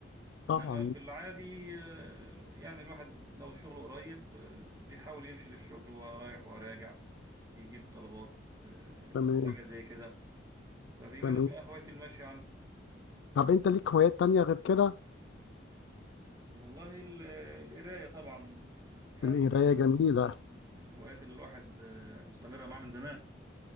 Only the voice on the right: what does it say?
انما في العادي آه، يعني الواحد لو شغله قريب آه، بيحاول يمشي للشغل وهو رايح وراجع بيجيب طلبات آه،
حاجة زي كده فبيمارس
بقى هواية المشي عنده
والله ال- القراية طبعا يعني
دي
من آه، من الهوايات اللي الواحد آه، مستمر معاه من زمان